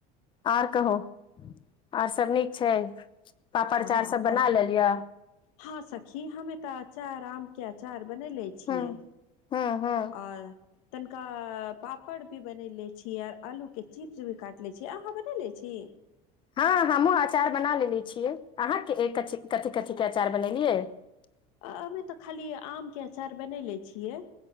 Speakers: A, on the left; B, on the left.
A: आर कहु, आर सब नीक छै? पापड़
B: हँ
A: अचार सब
B: हँ
A: बना लेलियै।
B: हँ सखी हमे तऽ अचार आाम के आचार। बन ले छियै
A: हँ हँ हँ
B: आ। तनिका पापड़ भी बनय लैत छीिय आ आलूके चिप्स भी काटि लै छीियै अहाँ बनाय लै छी। <unintelligible>
A: हँ हमहूँ अचार बना लेने छियै अहाँके कथी- कथीके अचार बनेलियै। <unintelligible>
B: अभी त खाली आमके अचार बनेले छियै।